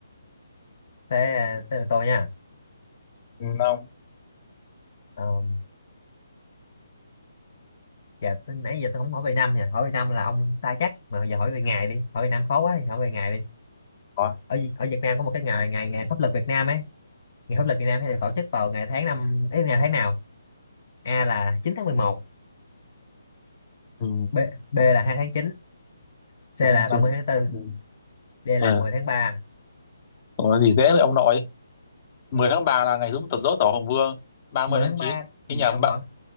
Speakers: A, on the left; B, on the left.
A: thế tới lượt tôi nha
B: Ừ, không
A: Ờ, dạ tới- nãy giờ tôi không hỏi về năm nha hỏi về năm là ông sai chắc mà giờ hỏi về ngày đi hỏi về năm khó quá thì hỏi về ngày đi
B: Ủa?
A: ở ở Việt Nam có một cái ngày ngày ngày pháp luật Việt Nam ấy ngày pháp luật Việt Nam hay được tổ chức vào ngày tháng năm ấy ngày tháng nào A là 9 tháng 11,
B: Ừ.
A: B B là 2 tháng 9, C
B: tháng
A: là 30
B: chín
A: tháng tư,
B: Ừ.
A: D là
B: ờ
A: mười tháng ba,
B: có gì dễ vậy ông nội 10 tháng 3 là ngày đúng tật dỗ tổ Hùng Vương 30
A: mười tháng
B: tháng 9
A: 3 gì
B: cái nhà
A: ông
B: bạn
A: nội